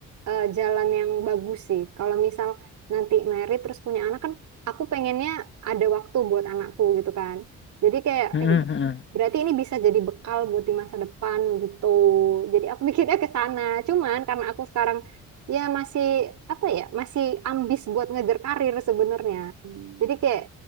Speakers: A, on the right (about 70°); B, on the left (about 40°).
A: eh, jalan yang bagus sih. Kalau misal nanti married terus punya anak kan, aku pengennya ada waktu buat anakku gitu kan. Jadi kayak,
B: Hmm, hmm,
A: eh,
B: hmm, hmm.
A: berarti ini bisa jadi bekal buat di masa depan gitu. Jadi aku <laughs> mikirnya ke sana. Cuman karena aku sekarang ya masih apa ya, masih ambis buat ngejar karir sebenarnya. Hmm. Jadi kayak